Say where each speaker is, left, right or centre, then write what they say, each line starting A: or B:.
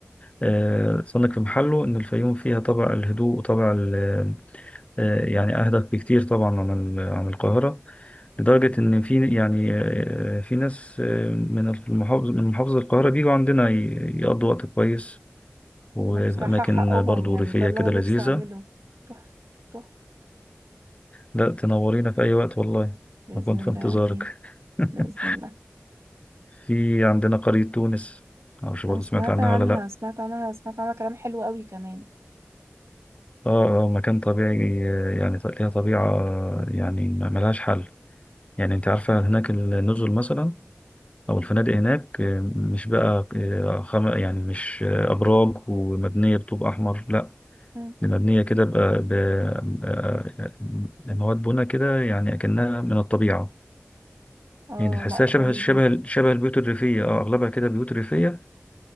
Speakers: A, on the left (about 25°); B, on the right (about 85°).
A: آه، صنك في محله إن الفيوم فيها طابع الهدوء وطابع ال- آه، يعني أهدى بكتير طبعا عن ال- عن القاهرة لدرجة إن في يعني آه، في ناس آه، من المحافظة من محافظة القاهرة بيجوا عندنا ي- يقضوا وقت كويس وفي
B: لا بصراحة
A: أماكن
B: حقهم
A: برضو
B: يعني
A: ريفية
B: ده اللي
A: كده
B: أنا
A: لذيذة
B: نفسي أعمله تحفة تحفة
A: لا تنورينا في أي وقت والله
B: بإذن
A: أكون في
B: الله
A: انتظارك
B: أكيد
A: <laughs>
B: بإذن الله
A: في عندنا قرية تونس معرفش برضه
B: أنا سمعت
A: سمعت عنها
B: عنها
A: ولا لأ
B: سمعت عنها سمعت عنها كلام حلو قوي كمان
A: اه اه مكان طبيعي آه، يعني ط- ليها طبيعة يعني ما- ملهاش حل يعني انت عارفة هناك النزل مثلا او الفنادق هناك آه، مش بقى آه، خم... يعني مش آه، ابراج ومبنية بطوب احمر لا
B: مم.
A: دي مبنية كده بقى ب... آه، آه، مواد بنا كده يعني اكنها من الطبيعة
B: آه
A: يعني تحسها
B: لا
A: شبه
B: رهيبة
A: شبه شبه البيوت الريفية اه اغلبها كده بيوت ريفية